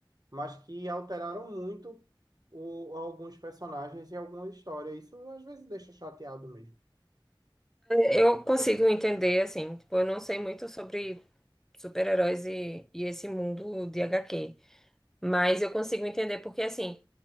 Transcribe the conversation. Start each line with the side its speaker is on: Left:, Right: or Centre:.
Right: mas que alteraram muito o, alguns personagens e alguma história. Isso às vezes deixa chateado mesmo.
Centre: Eu consigo entender, assim, tipo, eu não sei muito sobre super-heróis e, e esse mundo de HQ. Mas eu consigo entender porque, assim,